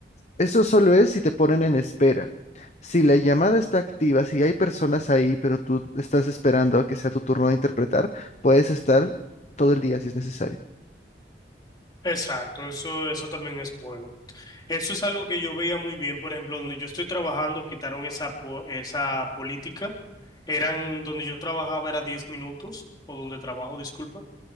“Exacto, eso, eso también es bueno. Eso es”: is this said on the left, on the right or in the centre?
Left